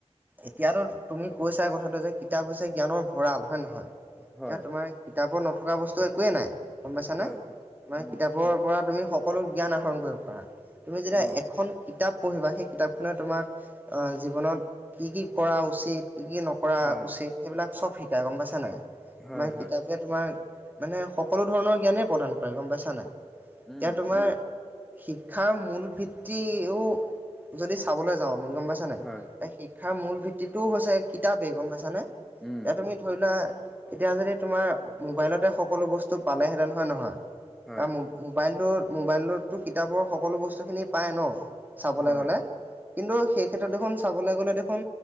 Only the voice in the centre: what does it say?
হয়
হয়
হয়
উম
অ'
হয়
হয়
হয়
উম
হয়
হয়
উম
হয়
হয়